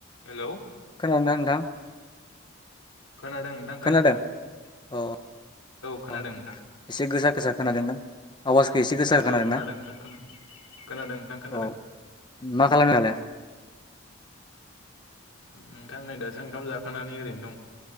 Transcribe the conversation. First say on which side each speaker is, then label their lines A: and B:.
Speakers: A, on the left; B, on the left.
A: Hello
B: खोनादों ना नोंथां‌?
A: खोनादों नोंथां
B: खोनादों औ
A: खोनादों
B: औ
A: नोंथां
B: एसे गोसा गोसा खोनादों ना आवाजखौ एसे गोसा खोनादोंना
A: औ खोनादों नोंथां खोनादों खोनादों नोंथां खोनादों
B: औ मा खालामदों दालाइ?
A: नोंथां नै दासो ओंखाम जाखांनानै ओरैनो दं।